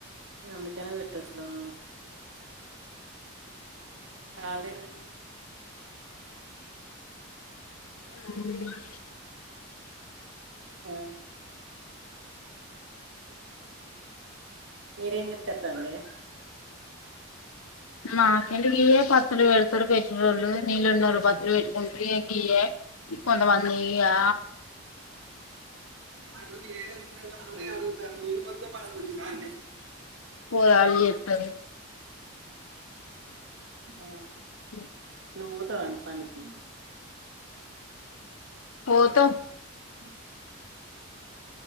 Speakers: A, on the right (about 60°); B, on the left (about 85°).
A: అందుకనే పెట్టట్లే మేము కాలేదు
B: ఉం <inaudible> <inaudible>
A: ఆ మీరేం చెప్తారండి.
B: మా సైడ్ పత్తులు పెడతారు. పెట్టెటోళ్లు నీళ్ళు ఉన్నోళ్లు పత్తులు పెట్టేటోళ్ గుంట కీ ఏ కొంత మంది ఆ
A: వాడు ఏడ తిన్నాడు అని ఆ అడుగుతా నీళ్లు మొత్తం పారపోసిండానే.
B: పోరాగాల్లూ చేత్తారు.
A: ఆ
B: <inaudible>
A: నువ్వు పోతావా పనికి?
B: పోతా
A: సై